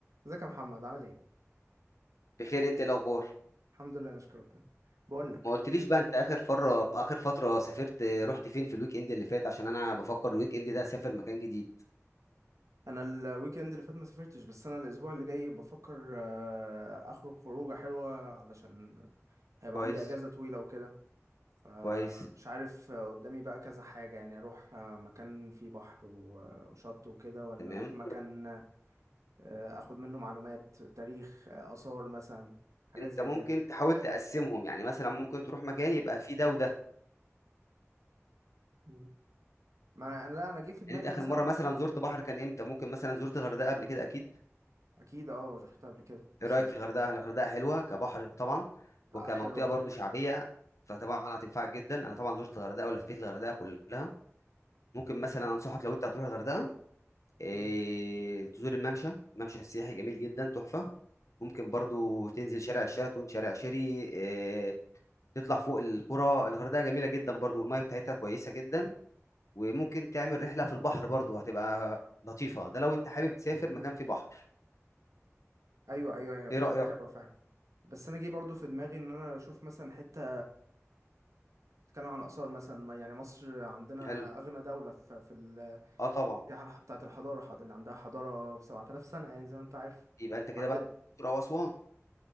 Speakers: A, on the right (about 85°); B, on the left (about 75°).
A: ازيك يا محمد عامل ايه
B: بخير انت ايه الاخبار
A: الحمد لله نشكر ربنا بقول لك
B: ما قلتليش بقى انت اخر فرة اخر فترة سافرت رحت فين في الويك اند اللي فات عشان انا بفكر الويك اند ده اسافر مكان جديد
A: انا الويك اند اللي فات ما سافرتش بس انا الاسبوع اللي جاي بفكر آه، اخرج خروجه حلوه علشان هيبقى
B: كويس
A: عندي اجازه طويله وكده فمش
B: كويس
A: عارف آه، قدامي بقى كذا حاجه يعني اروح آه، مكان فيه بحر و- آه، وشط وكده ولا
B: تمام
A: اروح مكان آه، اخد منه معلومات تاريخ آه، اثار مثلا حاجات
B: انت
A: زي
B: ممكن
A: كده
B: تحاول تقسمهم يعني مثلا ممكن تروح مكان يبقى فيه ده وده
A: مم. ما لا انا جه في دماغي
B: يعني انت اخر
A: مثلا
B: مرة مثلا زرت بحر كان امتى ممكن مثلا زرت الغردقة قبل كده اكيد
A: اكيد اه رحتها قبل كده
B: ايه
A: بس
B: رأيك
A: من
B: في
A: زمان
B: الغردقة الغردقة حلوة كبحر طبعا
A: آه،
B: وكمنطقة
A: حلوه طبعا
B: برضو شعبية فطبعا هتنفعك جدا انا طبعا زرت الغردقة ولفيت الغردقة كلها ممكن مثلا انصحك لو انت هتروح الغردقة إيه
A: مم.
B: تزور الممشى ممشى سياحي جميل جدا تحفة ممكن برضو تنزل شارع الشيراتون شارع شيري إيه تطلع فوق القرى الغردقة جميلة جدا برضو والمية بتاعتها كويسة جدا وممكن تعمل رحلة في البحر برضو هتبقى لطيفة ده لو انت حابب تسافر مكان
A: مم.
B: فيه بحر
A: ايوه ايوه هي
B: ايه
A: فكره
B: رأيك
A: حلوه فعلا بس انا جه برضو في دماغي ان انا اشوف مثلا حته تتكلم عن اثار مثلا ما- يعني مصر عندنا
B: حلو
A: اغنى دوله في في ال-
B: اه طبعا
A: السياحه بتاعه الحضاره حض- اللي عندها حضاره ب 7000 سنه يعني زي ما انت عارف
B: يبقى انت كده
A: عندنا
B: بقى الأقصر أو أسوان